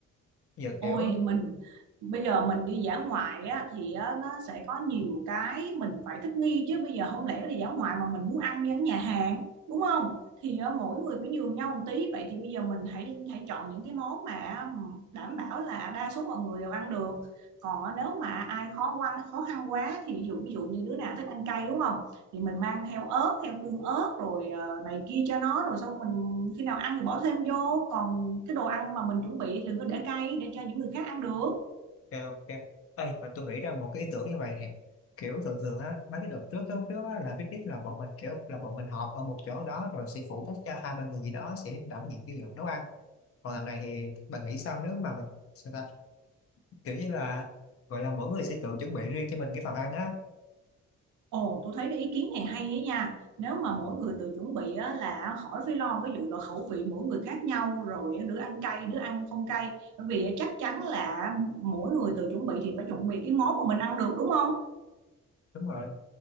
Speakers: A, on the left; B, on the right.
A: <laughs> giờ
B: Ôi
A: kiểu
B: mình bây giờ mình đi dã ngoại á, thì á, nó sẽ có nhiều cái mình phải thích nghi chứ bây giờ không lẽ đi dã ngoại mà mình muốn ăn như ở nhà hàng đúng không? Thì á, mỗi người phải nhường nhau một tí vậy thì bây giờ mình hãy hãy chọn những cái món mà đảm bảo là đa số mọi người đều ăn được. Còn á, nếu mà ai khó quan khó khăn quá thì ví dụ ví dụ như đứa nào thích ăn cay đúng không? thì mình mang theo ớt theo tương ớt rồi ờ, này kia cho nó rồi xong mình khi nào ăn thì bỏ thêm vô còn cái đồ ăn mà mình chuẩn bị thì đừng có để cay để cho những người khác ăn được
A: kêu ok ê mà tôi nghĩ ra một cái ý tưởng như vậy nè kiểu thường thường á mấy cái đợt trước á, trước á, là picnic là bọn mình kiểu là bọn mình họp ở một chỗ ở đó rồi sẽ phụ trách cho hai ba người gì đó sẽ đảm nhiệm cái việc nấu ăn còn làm này thì bạn nghĩ sao nếu mà mình sao ta kiểu như là gọi là mỗi người sẽ tự chuẩn bị riêng cho mình cái phần ăn á
B: ồ tôi thấy cái ý kiến này hay ấy nha nếu mà mỗi người tự chuẩn bị á, là khỏi phải lo cái vụ là khẩu vị mỗi người khác nhau rồi đứa ăn cay đứa ăn không cay bởi vì chắc chắn là mỗi người tự chuẩn bị thì phải chuẩn bị cái món mà mình ăn được đúng không
A: đúng rồi